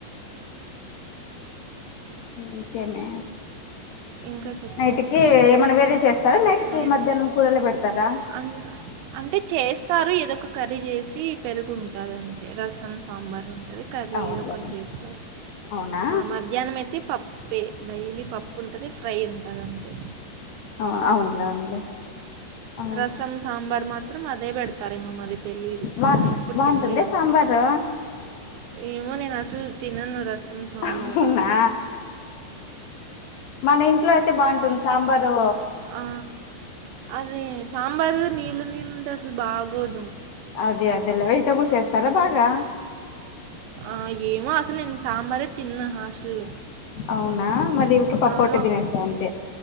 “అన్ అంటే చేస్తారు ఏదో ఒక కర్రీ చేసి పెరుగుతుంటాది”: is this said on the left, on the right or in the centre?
Right